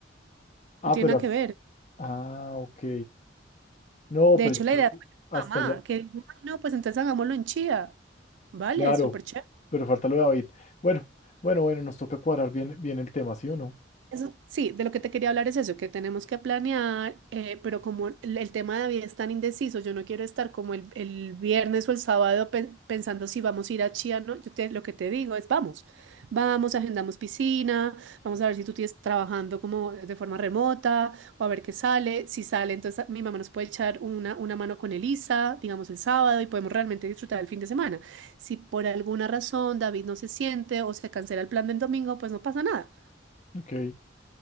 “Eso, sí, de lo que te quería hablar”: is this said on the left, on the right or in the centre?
Right